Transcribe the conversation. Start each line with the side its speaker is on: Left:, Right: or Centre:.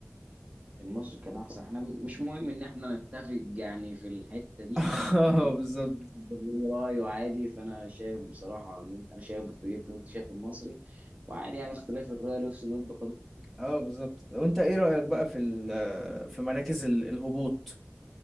Right: المصري كان احسن احنا م- مش مهم ان احنا نتفق يعني في الحته دي
Centre: <laughs> اه
Right: ممكن
Centre: بالظبط
Right: يكون ليه رايه عادي فانا شايف بصراحه ان انت انا شايف بورتوجيتي وانت شايف المصري وعادي يعني اختلاف الراي لا يفسد ود
Centre: اه بالظبط وانت ايه رايك بقى في ال... في مراكز ال- الهبوط